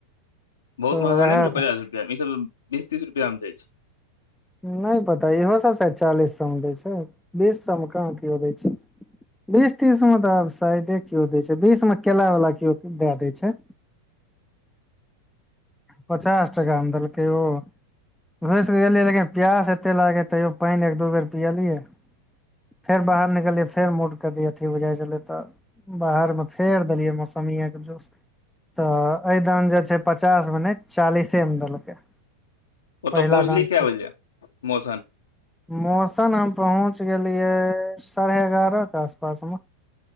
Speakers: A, on the left; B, in the centre.
A: बहुत
B: तऽ
A: महंगा
B: वएह
A: नहि भेलै पचास रुपआ मे ईसभ बीस तीस रुपआ मे दै छै
B: नहि पता इहो सब शायद चालीस सए मे दै छै बीस सब मे कहाँ केओ दै छै बीस तीस में तऽ आब शायदे क्यो देय छै बीस में केला वाला क्यो दै देय छै पचास टाका में देलकैय ओ घुसिकऽ गेलियै लेकिन प्यास एते लाग ह तैयो पानि एक दू बेर पियेलियै फेर बाहर निकलियै फेर मोडके अथि होझइ छलै तऽ बाहरमे फेर देलियै मौसमीएके जूस तऽ ए दान जे छै पचास मे नय चालिसे मे देलकै
A: ओतऽ
B: पहिला
A: पहुँचली
B: दान
A: कए बजे मौसन
B: मौसम हम पहुँच गेलियै साढ़े एगारह के आसपास मे